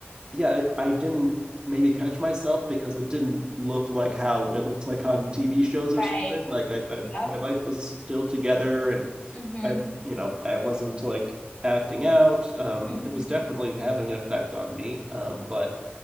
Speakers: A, on the right; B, on the left.
A: yeah, I, I didn't maybe catch myself because it didn't look like how it looked like on TV shows or
B: Right.
A: something. Like I, I
B: Yep.
A: my life was still together and
B: hmm
A: I, you know, I wasn't like acting out. Um,
B: hmm
A: it was definitely having an effect on me. Um, but